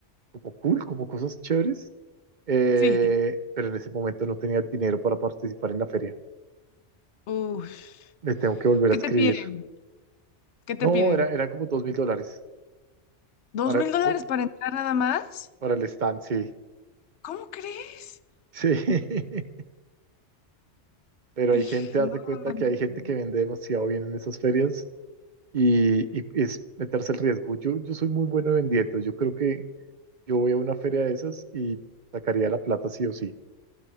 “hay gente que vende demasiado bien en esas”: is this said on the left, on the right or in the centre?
Right